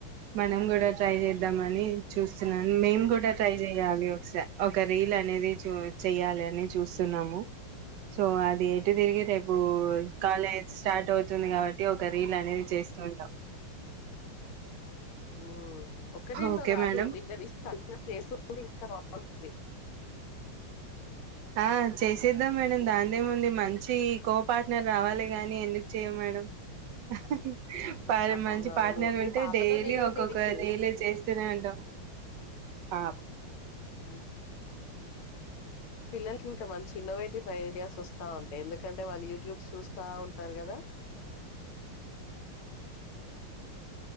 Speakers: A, on the right; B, on the left.
A: మనం కూడా ట్రై చే ద్దామని చూస్తున్నాను మేం కూడా ట్రై చెయాలి ఒక స ఒక రీల్ నేది చూ చెయ్యాలి అని చూస్తున్నాము. సో అది ఎటు తిరిగి రేపు కాలేజ్ స్టార్ట్ అవుతుంది కాబ ట్టి ఒక రీళ్లు అనేది చేస్తూ ఉంటాం
B: ఊ ఒక్కరీళ్ళతో
A: ఓకే
B: కాదు
A: మేడం
B: మీకది నీ ఇంక బావుంది
A: ఆ చేసేద్దాం మేడం దాందేముందు మంచి కో పార్ట్నర్ రావాలి గాని ఎందుకు చేయమ మేడం ఆహ్ ప మంచి
B: అవునవును
A: పార్ట్నర్
B: మీ
A: ఉంటే
B: పాపతో
A: డైలీ
B: చేయండి
A: ఒక్కొక్క
B: రీల్స్
A: రీల్ చేస్తూనే ఉంటాం. ఆబ్
B: అ పిల్లలకి ఇంకా మంచి ఇన్నోవేటివ్ ఐడియాస్ వస్తా ఉంటాయి. ఎందుకంటే వాళ్ళు యూట్యూబ్స్ చూస్తా ఉంటారు కదా